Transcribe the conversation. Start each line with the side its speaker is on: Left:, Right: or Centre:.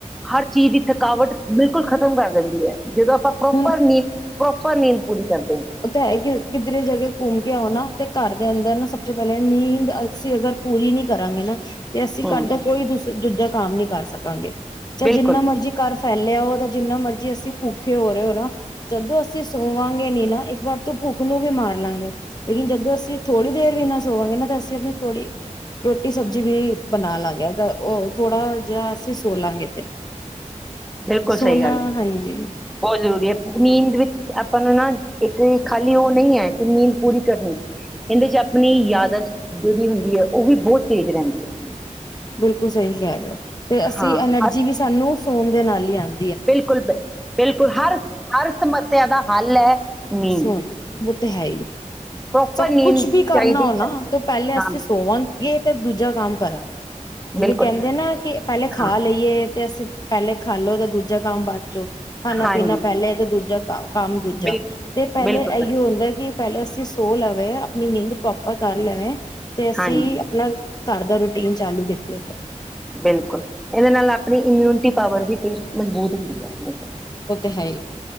Centre: ਹਰ ਚੀਜ਼ ਦੀ ਥਕਾਵਟ ਬਿਲਕੁਲ ਖਤਮ ਕਰ ਦਿੰਦੀ ਹੈ। ਜਦੋਂ ਆਪਾਂ ਪਰੋਪਰ
Left: ਹੁਣ
Centre: ਨੀਂਦ ਪਰੋ ਪਰ ਨੀਂਦ ਪੂਰੀ ਕਰਦੇ ਹਾਂ
Left: ਉਹ ਤਾਂ ਹੈ ਈ ਕਿ ਕਿਧਰੇ ਜਗ੍ਹਾ ਘੁੰਮ ਕੇ ਆਉਣਾ, ਤੇ ਘਰ ਦੇ ਅੰਦਰ ਨਾ ਸਭ ਸੇ ਪਹਿਲਾਂ ਨੀਂਦ ਅਸੀਂ ਅਗਰ ਪੂਰੀ ਨੀ ਕਰਾਂਗੇ ਨਾ ਤੇ ਅਸੀਂ ਘਰ
Centre: ਹਮ
Left: ਦਾ ਕੋਈ ਦੂਸ ਦੂਜਾ ਕੰਮ ਨੀ ਕਰ ਸਕਾਂਗੇ। ਚ,
Centre: ਬਿਲਕੁਲ
Left: ਜਿੰਨਾ ਮਰਜੀ ਕਰ ਫਿਰ ਫੈਲਿਆ ਉਹਦਾ, ਜਿੰਨਾ ਮਰਜ਼ੀ ਅਸੀਂ ਭੂਖੇ ਹੋ ਰਹੇ ਹੋ, ਨਾ। ਜਦੋਂ ਅਸੀਂ ਸੋਵਾਂ ਹਾਂਗੇ, ਨ। ਇੱਕ ਵਾਰ ਤੂੰ ਭੁੱਖ ਨੂੰ ਵੀ ਮਾਰ ਲਾਂਗੇ, ਲੇਕਿਨ ਜਦੋਂ ਅਸੀਂ ਥੋੜੀ ਦੇਰ ਵੀ ਨਾ ਸੋਵਾਂਗੇ, ਨਾ, ਤੇ ਅਸੀਂ ਆਪਣੀ ਥੋੜ੍ਹੀ ਰੋਟੀ ਸਬਜ਼ੀ ਵੀ ਬਣਾ ਲਾਂਗੇ, ਅ, ਉਹ ਥੋੜਾ ਜਿਹਾ ਅਸੀਂ ਸੋ ਲਾਂਗੇ, ਤੇ।
Centre: ਬਿਲਕੁਲ
Left: ਸੋਨਾ
Centre: ਸਹੀ ਗੱਲ ਹੈ,
Left: ਹਾਂਜੀ
Centre: ਬਹੁਤ ਜ਼ਰੂਰੀ ਹੈ। ਨੀਂਦ ਵਿੱਚ ਆਪਾਂ ਨੂੰ, ਨਾ, ਇੱਕ ਖਾਲੀ ਉਹ ਨਹੀਂ ਹੈ ਕਿ ਨੀਂਦ ਪੂਰੀ ਕਰਨੀ, ਇਹਦੇ ਚ ਆਪਣੀ ਯਾਦਤ ਜਿਹੜੀ ਹੁੰਦੀ ਹੈ, ਉਹ ਵੀ ਬਹੁਤ ਤੇਜ਼ ਰਹਿੰਦੀ ਹੈ।
Left: ਬਿਲਕੁਲ ਸਹੀ ਕਹਿ ਰਹੇ ਹੋ, ਤੇ ਅਸੀਂ
Centre: ਹਾਂ
Left: ਐਨਰਜੀ
Centre: ਹਰ
Left: ਵੀ ਸਾਨੂੰ। ਸੋਣ ਦੇ ਨਾਲ ਹੀ ਆਂਦੀ।
Centre: ਬਿਲਕੁਲ, ਬਿਲ ਬਿਲਕੁਲ, ਹਰ ਹਰ ਸਮੱਸਿਆ ਦਾ ਹੱਲ ਹੈ। ਨੀਂਦ
Left: ਸੁਣ, ਓਹ ਤੇ ਹੈ ਹੀ।
Centre: ਪ੍ਰੋਪਰ
Left: ਸਭ
Centre: ਨੀਂਦ
Left: ਕੁਛ ਵੀ ਕਰਨਾ
Centre: ਚਾਹੀਦੀ
Left: ਹੋ
Centre: ਚਾਹੀਦੀ
Left: ਨਾ ਤਾ ਪਹਿਲੇ ਅਸੀ
Centre: ਹਾਂ
Left: ਸੋਵਾਗੇ, ਤੇ ਦੂਜਾ ਕੰਮ ਕਰਾਂਗੇ ਜਿਵੇ
Centre: ਬਿਲਕੁਲ
Left: ਕਹਿੰਦੇ ਆ ਕਿ ਪਹਿਲੇ ਖਾ
Centre: ਹਾਂ
Left: ਲਈਏ, ਤੇ ਅਸੀ ਪਹਿਲਾ ਖਾ ਲੋ ਤੇ ਦੂਜਾ ਕੰਮ ਬਾ ਚੋ। ਖਾਣਾ-ਪੀਣਾ
Centre: ਹਾਂਜੀ
Left: ਪਹਿਲੇ, ਤੇ ਦੂਜਾ। ਤਾਂ। ਕੰਮ ਦੂਜਾ
Centre: ਬਿਲ
Left: ਤੇ ਪਹਿਲੇ
Centre: ਬਿਲਕੁਲ
Left: ਐ ਹੀ
Centre: ਬੱਚੇ
Left: ਓ ਹੁੰਦਾ ਏ ਪਹਿਲੇ ਅਸੀਂ ਸੋ ਲਵੇ, ਆਪਣੀ ਨੀਂਦ ਪ੍ਰੋਪਰ ਕਰ ਲਵੇ। ਤੇ ਅਸੀਂ
Centre: ਹਾਂਜੀ
Left: ਆਪਣਾ ਘਰ ਦਾ ਰੂਟੀਨ ਚਾਲੂ ਕਰੀਏ ਤੇ ਫੇਰ
Centre: ਬਿਲਕੁਲ ਇਹਦੇ ਨਾਲ ਆਪਣੀ ਇਮਿਊਨਿਟੀ ਪਾਵਰ ਵੀ ਤੇ ਮਜ਼ਬੂਤ ਹੁੰਦੀ ਹੈ, ਹਮੇਸ਼ਾ।
Left: ਉਹ ਤੇ ਹੈ ਹੀ